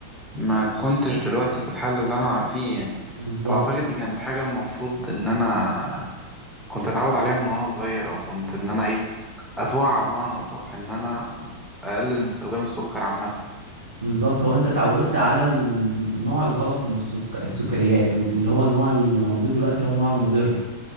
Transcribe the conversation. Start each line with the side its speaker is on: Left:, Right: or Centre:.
Centre: ما كنتش دلوقتي في الحالة اللي أنا فيه يعني
Right: بالظبط
Centre: فأعتقد دي كانت حاجة المفروض إن أنا كنت أتعود عليها من وأنا صغير أو كنت إن أنا إيه أتوعى بمعنى أصح إن أنا أقلل من استخدام السكر عامة
Right: بالظبط هو انت اتعودت على النوع الغلط من السك... السكريات واللي هو النوع اللي موجود دلوقتي اللي هو النوع المضر